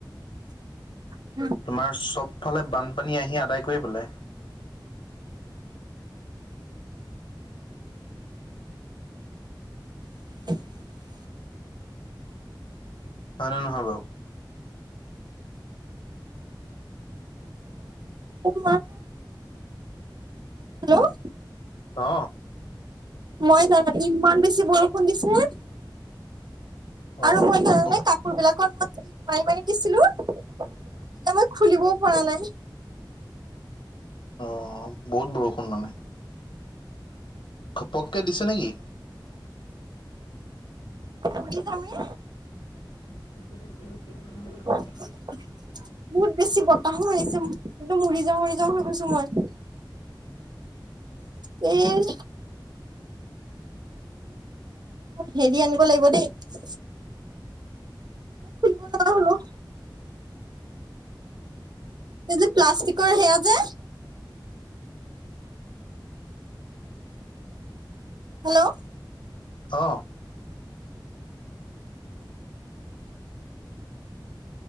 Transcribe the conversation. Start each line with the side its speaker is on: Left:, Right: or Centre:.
Right: অ
Left: তোমাৰ চব ফালে বানপানী আহি আদায় কৰি পেলাই
Right: <inaudible>
Left: হয় নে নহয় বাৰু
Right: উম হেল্ল'
Left: অ
Right: মই জানো ইমান বেছি বৰষুণ দিছে হে
Left: অ অ
Right: আৰু মই ধৰে কাপোৰ বিলাক মই মাৰি মাৰি দিছিলো <unintelligible> এতিয়া মই খুলিবও পৰা নাই
Left: অ বহুত বৰষুণ মানে ঘপককে দিছে নেকি
Right: পুৰি খাবি
Left: <inaudible>
Right: বহুত বেছি বতাহো মাৰিছে একদম উৰি যাওঁ উৰি যাওঁ হৈ গৈছো মই
Left: <inaudible>
Right: এই মোৰ হেৰি আনিব লাগিব দেই মোক খুলিব নোৱাৰা হলো এই যে প্লাষ্টিকৰ সেয়া যে হেল্ল'
Left: অ